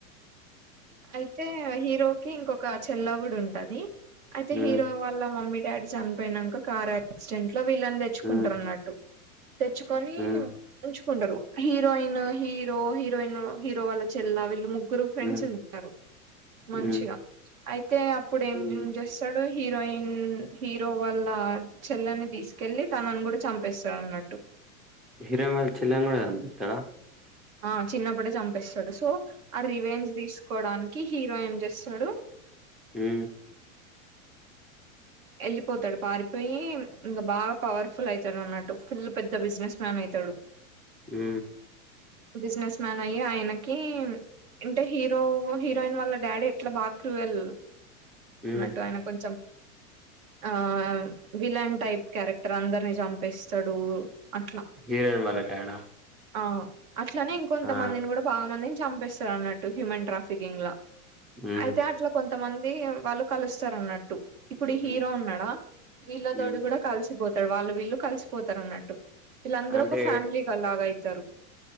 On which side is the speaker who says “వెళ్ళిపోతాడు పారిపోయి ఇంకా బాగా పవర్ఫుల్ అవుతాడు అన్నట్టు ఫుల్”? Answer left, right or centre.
Right